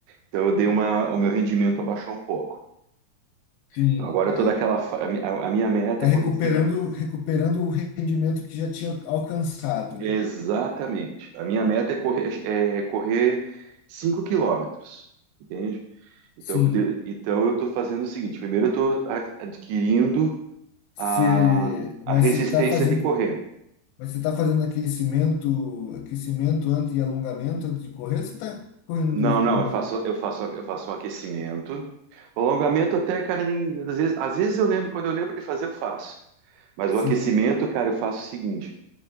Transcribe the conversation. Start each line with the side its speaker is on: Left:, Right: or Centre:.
Right: então eu dei uma, o meu rendimento abaixou um pouco.
Left: sim.
Right: Então agora eu
Left: é.
Right: tô naquela, fa- a, mi- a- a minha meta
Left: Tá
Right: é
Left: recuperando,
Right: correr cinco,
Left: recuperando o rendimento que já tinha alcançado,
Right: exatamente.
Left: né?
Right: A minha meta é correr, é correr cinco quilômetros, entende? Então,
Left: Sim.
Right: eu poder- então eu tô fazendo o seguinte, primeiro eu tô a- adquirindo
Left: Você,
Right: a, a
Left: mas
Right: resistência
Left: você tá fazendo,
Right: de correr.
Left: mas você tá fazendo aquecimento, aquecimento antes e alongamento antes de correr, ou você tá correndo
Right: Não,
Left: no,
Right: não, eu faço,
Left: no-
Right: eu faço, eu faço um aquecimento. O alongamento até, cara, nem, às vezes, às vezes eu lembro, quando eu lembro de fazer, eu faço. Mas
Left: sim,
Right: o aquecimento, cara, eu faço o seguinte: